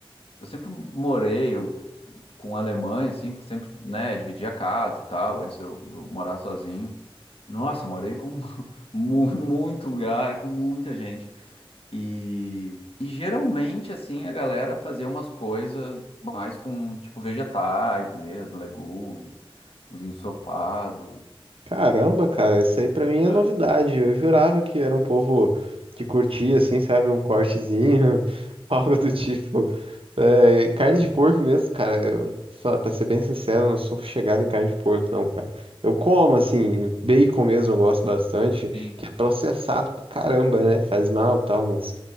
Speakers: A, on the left; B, on the right.
A: eu sempre morei, com alemães, assim, porque sempre, né, dividia casa e tal, antes de eu, de eu morar sozinho. Nossa, morei com <laughs> mu- muito lugar, com muita gente. E, e geralmente, assim, a galera fazia umas coisas mais com, tipo, vegetais mesmo, legumes, uns ensopados.
B: Caramba, cara, isso aí pra mim é
A: né?
B: novidade. Eu jurava que era um povo que curtia, assim, sabe, um cortezinho, <laughs> algo do tipo. É, carne de porco mesmo, cara. Eu, fa- pra ser bem sincero, eu não sou chegado em carne de porco, não, cara. Eu como, assim, bacon mesmo, eu gosto bastante,
A: Sim.
B: que é processado pra caramba, né? Faz mal e tal, mas,